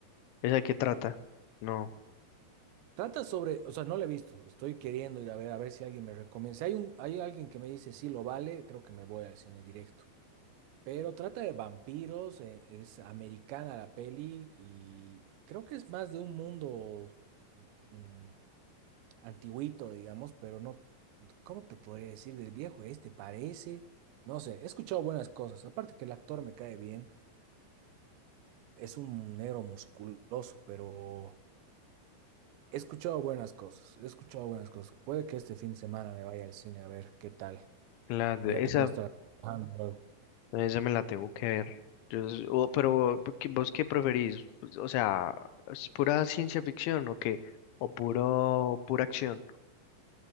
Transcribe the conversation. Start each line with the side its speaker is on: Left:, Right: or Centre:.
Left: ¿Esa qué trata?
Right: ¿no?
Left: No,
Right: Trata sobre, o sea, no la he visto. Estoy queriendo ir a ver, a ver si alguien me recomienda. Si hay un, hay alguien que me dice sí lo vale, creo que me voy al cine directo. Pero trata de vampiros, eh, es americana la peli y creo que es más de un mundo. mm, antiguito, digamos, pero no, ¿cómo te podría decir del viejo este? Parece, no sé, he escuchado buenas cosas, aparte que el actor me cae bien, es un negro musculoso, pero he escuchado buenas cosas, he escuchado buenas cosas. Puede que este fin de semana me vaya al cine a ver qué tal,
Left: la de
Right: ya te
Left: esa,
Right: puedo estar contando luego.
Left: esa me la tengo que ver. Yo, s- o- pero ¿qué- ¿vos qué preferís? Pues, O sea, ¿es pura ciencia ficción o qué? ¿O puro, pura acción?